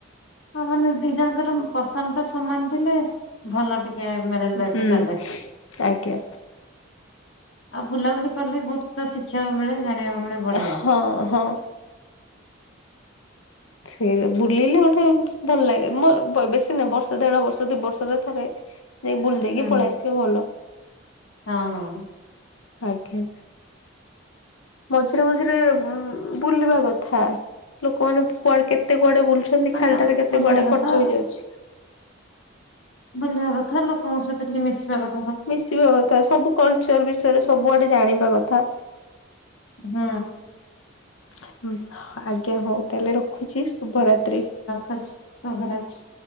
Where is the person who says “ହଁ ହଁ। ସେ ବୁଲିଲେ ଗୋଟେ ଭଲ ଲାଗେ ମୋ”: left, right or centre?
Left